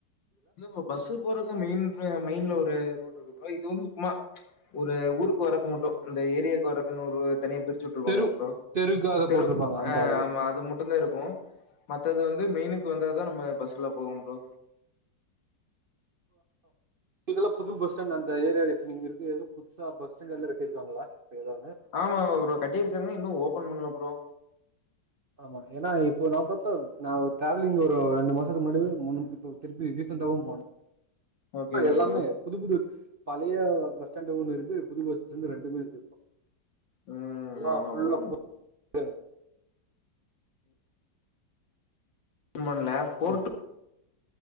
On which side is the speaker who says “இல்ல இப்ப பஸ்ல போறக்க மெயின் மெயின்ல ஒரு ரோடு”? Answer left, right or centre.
Left